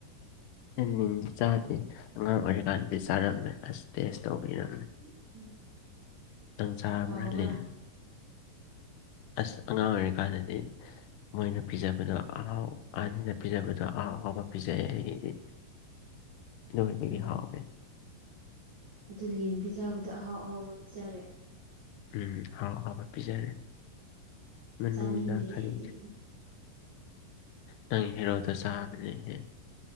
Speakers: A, on the left (about 75°); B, on the right (about 45°).
A: ꯑꯩ ꯂꯤꯟꯗꯤ ꯆꯥꯗꯦ ꯑꯉꯥꯡ ꯑꯣꯏꯔꯤꯀꯥꯟꯗꯤ ꯆꯥꯔꯝꯃꯦ ꯑꯁ ꯇꯦꯁ ꯇꯧꯕꯒꯤꯔꯝꯃꯦ꯫
B: ꯎꯝ ꯎꯝ꯫
A: ꯅꯪ ꯆꯥꯔꯕ꯭ꯔꯥ
B: ꯍꯥꯎꯕ꯭ꯔꯥ
A: ꯂꯤꯟ ꯑꯁ ꯑꯉꯥꯡ ꯑꯣꯏꯔꯤꯀꯥꯟꯗꯗꯤ꯫ ꯃꯣꯏꯅ ꯄꯤꯖꯕꯗꯣ ꯑꯍꯥꯎ ꯑꯅꯤꯅ ꯄꯤꯖꯕꯗꯣ ꯑꯍꯥꯎ ꯑꯥꯎꯕ ꯄꯤꯖꯩ ꯑꯩꯒꯤꯗꯤ ꯂꯣꯏꯕꯒꯤ
B: ꯎꯝ
A: ꯍꯥꯎꯋꯦ
B: ꯑꯗꯨ ꯂꯤꯟ ꯄꯤꯖꯕꯗꯣ ꯑꯍꯥꯎ ꯑꯍꯥꯎꯕ ꯄꯤꯖꯔꯦ
A: ꯎꯝ ꯍꯥꯎ ꯍꯥꯎꯕ ꯄꯤꯖꯔꯦ ꯃꯅꯨꯡꯗ
B: ꯆꯥꯅꯤꯡꯗꯦ
A: ꯈꯔꯤ
B: ꯑꯩꯗꯤ
A: ꯅꯪ ꯍꯦꯔꯣꯗ ꯆꯥꯕꯅꯦꯍꯦ